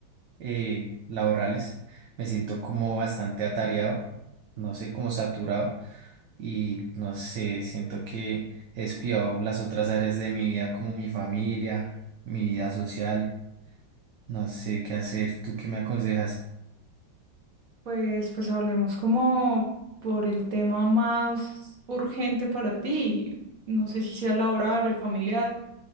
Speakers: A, on the right; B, on the right.
A: eh, laborales. Me siento como bastante atareado, no sé, como saturado y no sé, siento que he descuidado las otras áreas de mi vida, como mi familia, mi vida social. No sé qué hacer. ¿Tú qué me aconsejas?
B: Pues pues hablemos como por el tema más urgente para ti. No sé si sea laboral o el familiar.